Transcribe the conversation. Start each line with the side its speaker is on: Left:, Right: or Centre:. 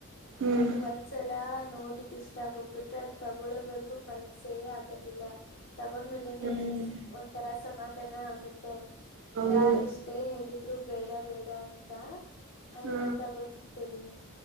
Right: ಹ್ಮ್
Left: ನನ್ಗ್ ಒಂದ್ಸಲ ನೋಡಿ ಇಷ್ಟ ಆಗೋಗ್ಬಿಟ್ ಅದ್ನ ತಗೊಳೋವರೆಗೂ ಮನ್ಸೇ ಆಗ್ <unintelligible> ತಗೊಂಡ್ಮೇಲೆನೆ
Right: ಹ್ಮ್
Left: ಒಂತರ ಸಮಾಧಾನ <unintelligible>
Right: ಹೌದು
Left: ಯಾರೆಷ್ಟೇ ಹೇಳಿದ್ರು ಬೇಡ ಬೇಡ ಅಂತ ಅದೆಲ್ಲಾ
Right: ಹಾ
Left: ತಗೊಂಡ್ ತ್ತೊಲಿ